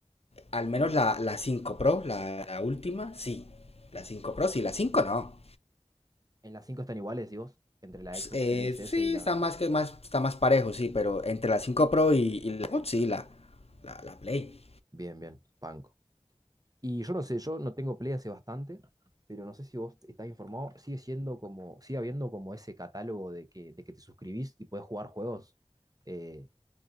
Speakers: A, on the left; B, on the right.
A: Al menos la, la cinco Pro, la, la última, sí. La cinco Pro, sí, la cinco, no.
B: En las 5 están iguales, ¿y vos? Entre la
A: Pues,
B: Xbox
A: eh,
B: Series S
A: sí,
B: y las...
A: está más que más, está más parejo, sí, pero entre la cinco Pro y, y la Xbox, sí, la, la, la Play.
B: Bien, bien, banco. Y yo no sé, yo no tengo Play hace bastante, pero no sé si vos estás informado, sigue siendo como, sigue habiendo como ese catálogo de que, de que te suscribís y puedes jugar juegos eh,